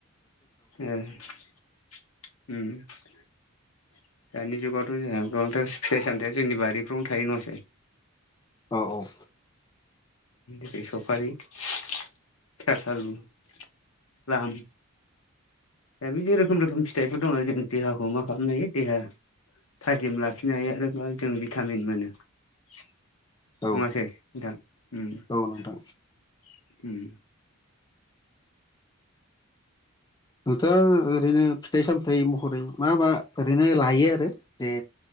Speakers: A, on the left; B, on the left.
A: एह <inaudible> ओम दानि जुगावथ' जोंहा गोबांथार फिथाइ सामथायाइया जोंनि बारिफ्रावनो थायो नङासै।
B: औ औ
A: बे सफारि <unintelligible> प्लाम दा बिदि रोखोम रोखोम फिथाइफोर दङ जों देहाखौ मा खालामनो हायो देहा थाजिम लाखिनो हायो आरो बा जों भिटामिन मोनो। नङासे
B: औ औ
A: नोंथां? ओम
B: औ नोंथां
A: <inaudible> ओम
B: नोंथ' ओरैनो फिथाइ सामथायाइ महरै मा मा ओरैनो लायो आरो जे